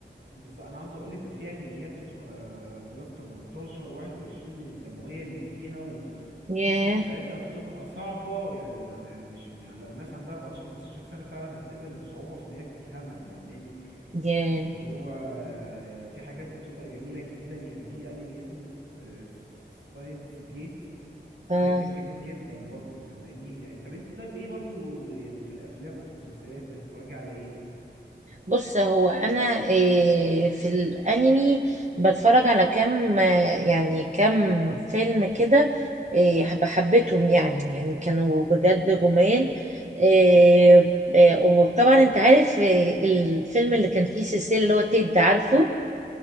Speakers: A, on the right (about 80°); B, on the right (about 40°).
A: بس انا عاوز اقولك ده فيها انميات بتبقى بلس 18 21 من الدمويه اللي فيها و... والقصص
B: ياه
A: بتاعتها بتبقى صعبه يعني ما يعني مش يعني لو ناس عندها 14 15 سنه فعلا هتقابل صعوبه في ان هي تفهمها فاهماني
B: ياه
A: يعني اللي هو في حاجات بتبقى جميله جدا يعني في انمي اسمه ستاينس جيت
B: اه
A: ده كان جامد جدا برضه فاهماني يعني طب انت طب ايه برضه يعني في الافلام وفي المسلسلات بتتفرجي على ايه
B: بص هو انا إيه في الانمي بتفرج على كام آه، يعني كام فيلم كده إيه حب- حبيتهم يعني يعني كانوا بجد
A: امم
B: جمال إيه إيه، وطبعا انت عارف إيه الفيلم اللي كان فيه سلسله اللي هو تيد عارفه